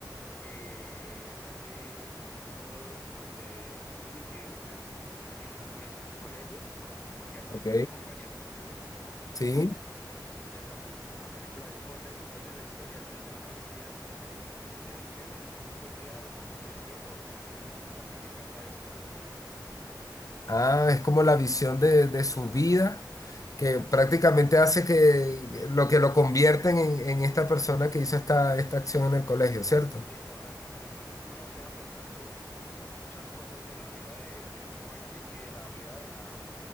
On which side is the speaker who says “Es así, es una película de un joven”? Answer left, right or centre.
Left